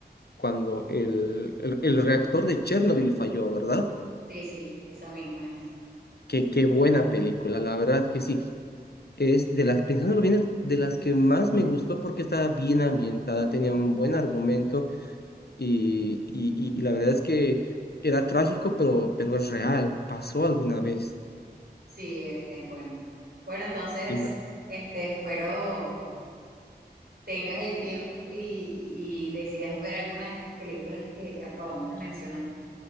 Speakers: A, on the left; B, on the right.
A: cuando, el, el, el reactor de Chernobyl falló, ¿verdad?
B: sí, sí, esa misma es.
A: Qué, qué buena película, la verdad que sí. Es de las, pensándolo bien, es de las que más me gustó porque estaba bien ambientada, tenía un buen argumento y, y- y- y la verdad es que era trágico, pero, pero es real, pasó alguna vez.
B: Sí, es, es buena. Bueno, entonces,
A: Y, la-
B: este, espero tengas el tiempo y, y, y decidas ver alguna de estas películas que acabamos de mencionar.